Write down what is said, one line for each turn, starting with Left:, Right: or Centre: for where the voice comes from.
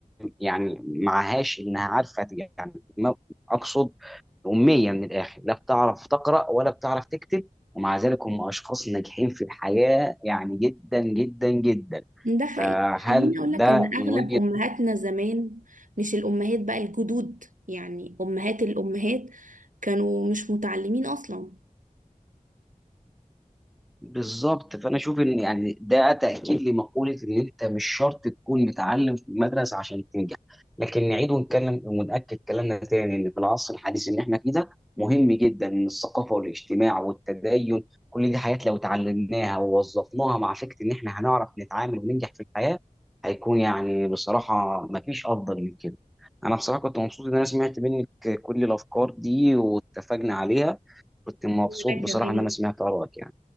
Centre: يعني معهاش انها عارفه يعني ما اقصد اميه من الاخر لا بتعرف تقرا ولا بتعرف تكتب ومع ذلك هم اشخاص ناجحين في الحياه يعني جدا جدا جدا
Right: ده حقيقي
Centre: فهل
Right: خليني اقول
Centre: ده
Right: لك ان اغلب
Centre: من وجهه
Right: امهاتنا زمان مش الامهات بقى الجدود يعني امهات الامهات كانوا مش متعلمين اصلا
Centre: بالظبط فانا اشوف ان يعني ده تاكيد لمقوله ان انت مش شرط تكون متعلم في المدرسه عشان تنجح لكن نعيد ونكلم ونأكد كلامنا تاني ان في العصر الحديث ان احنا فيه ده مهم جدا ان الثقافه والاجتماع والتدين كل دي حاجات لو اتعلمناها ووظفناها مع فكره ان احنا هنعرف نتعامل وننجح في الحياه هيكون يعني بصراحه مفيش افضل من كده انا بصراحه كنت مبسوط ان انا سمعت منك كل الافكار دي واتفقنا عليها كنت مبسوط
Right: وانا
Centre: بصراحه
Right: كمان
Centre: ان انا سمعت ارائك يعني